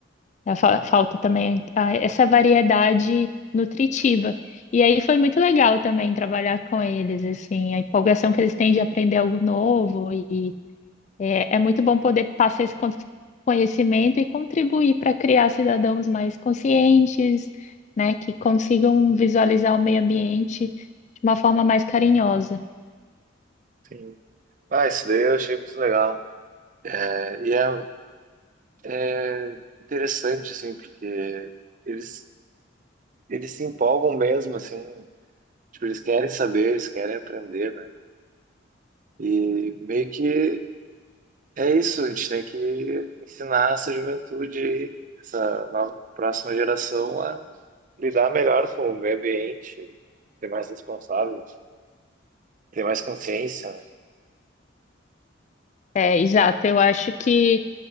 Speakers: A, on the left (about 35°); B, on the right (about 40°).
A: eh, fa- falta também ah, essa variedade nutritiva. E aí foi muito legal também trabalhar com eles, assim, a empolgação que eles têm de aprender algo novo é, é muito bom poder passar esse con- conhecimento e contribuir para criar cidadãos mais conscientes, né, que consigam visualizar o meio ambiente de uma forma mais carinhosa.
B: Sim. Ah, isso daí eu achei muito legal. É, E é É interessante, assim, porque eles, eles se empolgam mesmo, assim, tipo, eles querem saber, eles querem aprender, né? E meio que é isso, a gente tem que ensinar essa juventude, essa nova, próxima geração a lidar melhor com o meio ambiente, ser mais responsável, ter mais consciência, né?
A: É, exato, eu acho que